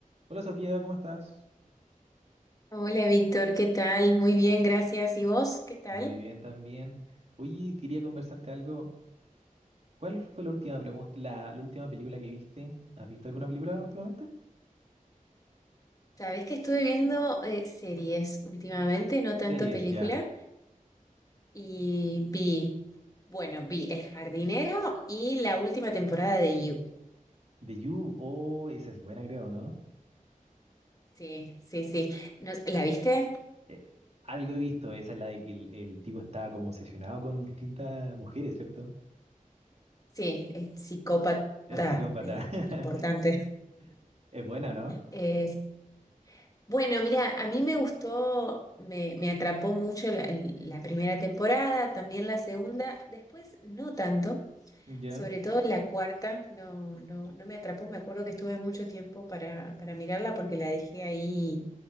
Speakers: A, on the right; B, on the left.
A: Hola Sofía, ¿cómo estás?
B: Hola Víctor, ¿qué tal? Muy bien, gracias. ¿Y vos? ¿Qué tal?
A: Muy bien también. Oye, quería conversarte algo. ¿Cuál fue la última pregunta, la, la última película que viste? ¿Has visto alguna película últimamente?
B: Sabés que estuve viendo eh, series últimamente, no tanto
A: Series,
B: película,
A: ya.
B: y vi, bueno, vi El Jardinero y la última temporada de You.
A: The You, oh, esa es buena, creo, ¿no?
B: Sí, sí, sí. Nos- ¿la viste?
A: Eh, algo he visto, esa es la de que el, el tipo estaba como obsesionado con distintas mujeres, ¿cierto?
B: Sí, es psicópata,
A: Es psicópata.
B: eh, importante.
A: <laughs> Es buena, ¿no?
B: Es- bueno, mira, a mí me gustó, me, me atrapó mucho la la primera temporada, también la segunda, después no tanto.
A: Ya.
B: Sobre todo la cuarta, no, no, no me atrapó. Me acuerdo que estuve mucho tiempo para, para mirarla porque la dejé ahí